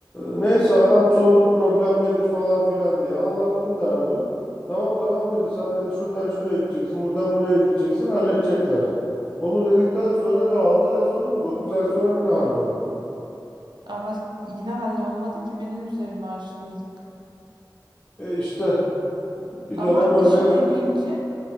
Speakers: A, on the left (about 20°); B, on the right (about 75°).
A: neyse adam sordu problem nedir falan filan diye anlattım derdimi. Tamam tamam dedi sen dedi şuradan şuraya gideceksin buradan buraya gideceksin halledecekler. Onu dedikten sonra bir 6 ay sonra mı 9 ay sonra mı ne halloldu?
B: Ama yine hallolmadı ki benim üzerime açtırdık.
A: E işte bir
B: Ama
A: dönem öyle
B: işin
A: yaptık.
B: ilginci,